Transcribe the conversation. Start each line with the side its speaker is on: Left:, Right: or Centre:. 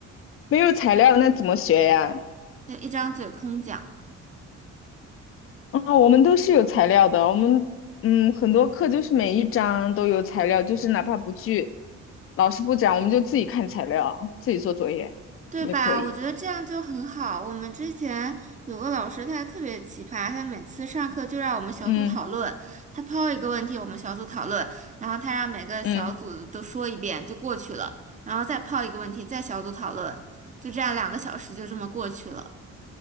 Left: 没有材料那怎么学呀？
Right: 就一张嘴空讲。
Left: 啊、我们都是有材料的，我们嗯很多课就是每一章都有材料，就是哪怕不去老师不讲，我们就自己看材料，自己做作业也可以。
Right: 对吧？我觉得这样就很好。我们之前有个老师，他特别奇葩，他每次上课就让我们小组讨论，
Left: 嗯
Right: 他抛一个问题，我们小组讨论，然后他让每个小组都说一遍就过去了，
Left: 嗯
Right: 然后再抛一个问题，再小组讨论，就这样两个小时就这么过去了，